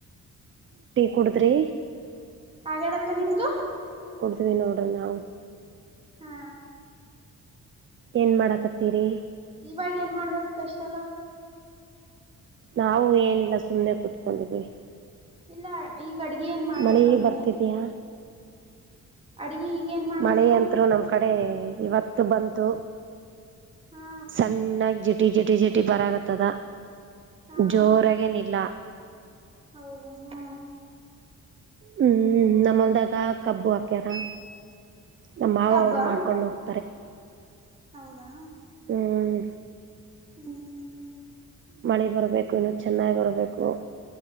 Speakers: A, on the right (about 40°); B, on the right (about 20°).
A: ಟೀ ಕುಡುದ್ರಿ.
B: ಆಗ್ಯದಕ್ಕ ನಿಮ್ದು
A: ಕುಂತಿದಿವಿ ನೋಡ್ರಿ ನಾವು.
B: ಹಾ.
A: ಏನ್ ಮಾಡಕತ್ತೀರಿ.
B: ಇವಾಗ ಏನ್ ಮಾಡ್ಬೇಕ್ ಸ್ಪೆಷಲ.
A: ನಾವು ಏನಿಲ್ಲ ಸುಮ್ಮ್ನೆ ಕುೂತ್ಕೊಂಡಿದ್ದೀವಿ.
B: ಇಲ್ಲ ಈಗ ಅಡ್ಗಿ ಏನ್ ಮಾಡ್ಬೇಕ
A: ಮಳೆ
B: ಅಂದೇ.
A: ಬರ್ತಿದಯಾ
B: ಅಡ್ಗಿ ಈಗೇನ್ ಮಾಡ್ಬೇಕು
A: ಮಳೆ ಅಂತ್ರು ನಮ್ ಕಡೆ ಇವತ್ತು ಬಂತು.
B: ಹಾ
A: ಸಣ್ಣಾಗಿ ಜಿಟಿ ಜಿಟಿ ಜಿಟಿ ಬರಾಗತ್ತದ.
B: ಹಾ
A: ಜೋರಾಗೇನಿಲ್ಲ.
B: ಹೌದಾ ಹಾ.
A: ಹ್ಮ್ ನಮ್ಮಲ್ದಾಗ ಕಬ್ಬು ಹಾಕ್ಯಾರ ನಮ್ಮ ಮಾವ
B: ಕಬ್ಬ
A: ಅವರು ಮಾಡ್ಕೊಂಡ್ ಹೋ. <unintelligible>
B: ಹೌದಾ.
A: ಹ್ಮ್.
B: ಹ್ಮ್ ಹ್ಮ್ ಹ್ಮ್.
A: ಮಳಿ ಬರಬೇಕು ಇನ್ನು ಚೆನ್ನಾಗಿ ಬರಬೇಕು.